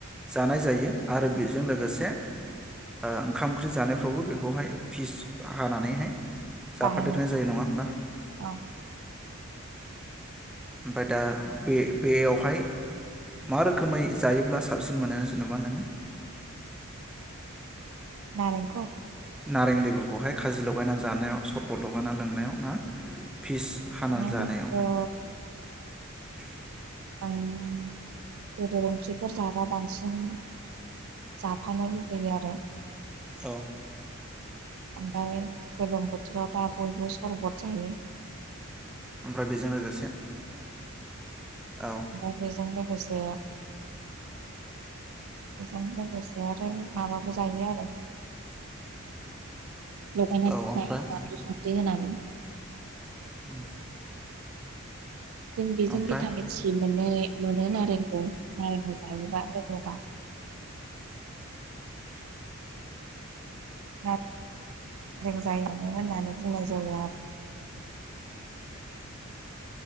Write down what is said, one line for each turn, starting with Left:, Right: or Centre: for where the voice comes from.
Centre: जानाय जायो आरो बेजों लोगोसे से ओ ओंखाम ओंख्रि जानायफ्रावबो बेखौहाय फिस हानानैहाय जाफादेरनाय
Right: बाहायनाय जायो
Centre: नङा होमबा
Right: ओ
Centre: ओमफ्राय दा बे-बेयावहाय मा रोखोमै जायोब्ला साबसिन मोनो जेनेबा नोङो <inaudible>
Right: नारेंखौ?
Centre: नारें लेबुखौहाय खाजि लगायनानै जानायाव सरबत लगायना लोंनायाव ना फिस हानानै
Right: नारेंखौ
Centre: जानायावहाय <inaudible>
Right: आंङो बेदर ओंख्रिफोर जाबा बांसिन जाफानो लु होयो आरो
Centre: औ
Right: ओमफ्राय गोलोम बोथोराव दा बयबो सरबद जायो
Centre: ओमफ्राय बेजों लोगोसे औ
Right: ओमफाय बेज जों लोगोसे बेजों लोगोसे आरो माबाबो जायो आरो लगायनानै
Centre: औ ओमफ्राय
Right: जायो बानलु संख्रि होनानै
Centre: <inaudible>
Right: जों बेजों
Centre: ओमफ्राय
Right: भिटामिन सि मोननो मोनो नारेंखौ नारेंखौ जायोबा लोगोबा। <unintelligible> जों जायो होननानै बुंनाय जायो आरो।